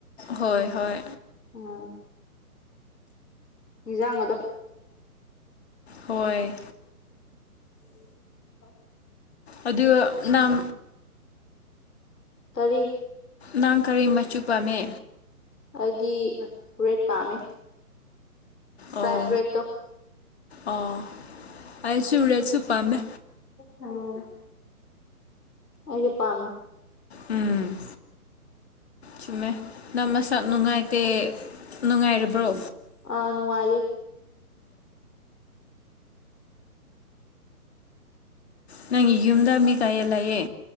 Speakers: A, on the left; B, on the left.
A: ꯍꯣꯏ ꯍꯣꯏ
B: ꯎꯝ ꯖꯥ
A: ꯍꯣꯏ
B: ꯑ
A: ꯑꯗꯨ ꯅꯝ
B: ꯇꯔꯤ
A: ꯅꯪ ꯀꯔꯤ ꯃꯆꯨ ꯄꯥꯝꯃꯦ
B: ꯍꯥꯏꯗꯤ ꯔꯦꯠ ꯄꯥꯝꯃꯦ
A: ꯑꯣ
B: ꯥꯏꯠ ꯔꯦꯠꯇꯣ
A: ꯑꯣ ꯑꯩꯁꯨ ꯔꯦꯠꯁꯨ ꯄꯥꯝꯃꯦ
B: ꯑ ꯑꯩꯁꯨ ꯄꯥꯝ
A: ꯎꯝ ꯁꯤꯃꯦ ꯅꯪ ꯃꯁꯛ ꯅꯨꯡꯉꯥꯏꯇꯦ ꯅꯨꯡꯉꯥꯏꯔꯕ꯭ꯔꯣ
B: ꯑꯥꯅꯅꯨꯡꯉꯥꯏꯔꯦ
A: ꯅꯪꯒꯤ ꯌꯨꯝꯗ ꯃꯤ ꯀꯥꯏꯌꯦ ꯂꯥꯛꯑꯦ